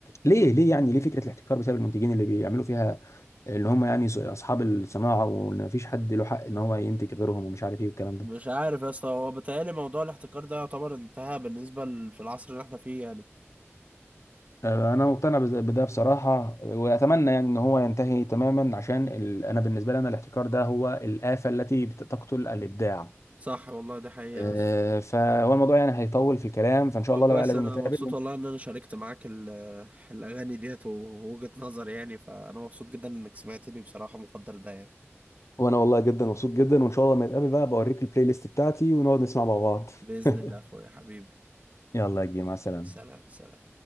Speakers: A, on the left (about 80°); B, on the right (about 35°).
A: ليه ليه يعني ليه فكره الاحتكار بسبب المنتجين اللي بيعملوا فيها اللي هم يعني اصحاب الصناعه وان مفيش حد له حق ان هو ينتج غيرهم ومش عارف ايه والكلام ده
B: مش عارف يا اسطى هو بيتهيألي موضوع الاحتكار ده يعتبر انتهى بالنسبة ل- في العصر اللي احنا فيه يعني
A: آه، انا مقتنع بز- بده بصراحه واتمنى يعني ان هو ينتهي تماما عشان ال... انا بالنسبه لي انا الاحتكار ده هو الافه التي بت- تقتل الابداع
B: صح والله دي حقيقة
A: آه،
B: يا اسطى
A: فهو الموضوع يعني هيطول في الكلام فان شاء
B: هو
A: الله
B: كويس
A: بقى لازم
B: انا
A: نتقابل
B: مبسوط والله ان انا شاركت معاك ال- الاغاني ديت ووجهة نظري يعني فانا مبسوط جدا انك سمعتني بصراحة مقدر ده يعني
A: وانا والله جدا مبسوط جدا وان شاء الله لما نتقابل بقى بوريك البلاي ليست بتاعتي ونقعد نسمع مع بعض
B: بإذن
A: <laughs>
B: الله يا اخويا حبيبي
A: يلا يا كبير مع السلامه
B: سلام سلام